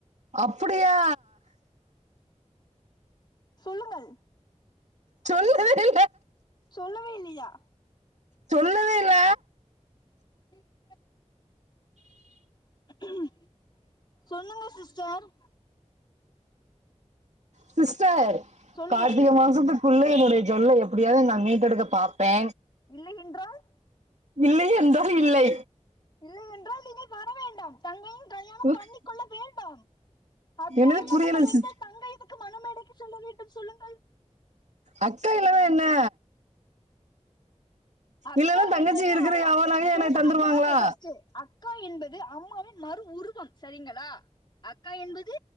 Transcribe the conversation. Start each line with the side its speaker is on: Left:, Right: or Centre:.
Right: அப்டியா
Left: சொல்லுங்கள்
Right: சொல்லு <unintelligible>
Left: சொல்லவே இல்லையா
Right: சொல்லவேஇல்ல
Left: ம் ம் சொல்லுங்க சிஸ்டர்
Right: சிஸ்டர்
Left: சொல்லுங்கள்
Right: கார்த்திக மாசத்துக் குள்ள என்னுடைய ஜூவல்ல எப்டியாவது நா மீட்டெடுக்க பாப்பே
Left: இல்லை என்றால்
Right: இல்லை என்றால் இல்லை
Left: இல்லை என்றால் நீங்கள் வர வேண்டாம் தங்கையும் கல்யாண
Right: <inaudible>
Left: ந்து கொள்ள வேண்டாம் அக்கா
Right: என்னது
Left: இல்லாத
Right: புரியல
Left: கல்யாணத்தில்
Right: சிஸ்
Left: தங்கையும் எதுக்கு மண மேடைக்கு சொல்ல வேண்டும் சொல்லுங்கள்
Right: அக்காயில்லனா என்ன
Left: அக்கா
Right: இல்லன்னா தங்கச்சி
Left: என்பது
Right: இருக்கிற
Left: அம்மா
Right: எவ நகையு
Left: சொல்றத
Right: எனக்கு தந்துருவாங்களா
Left: கேளு ஃபஸ்ட்டு அக்கா என்பது அம்மாவின் மறு உருவம் சரிங்களா அக்கா என்பது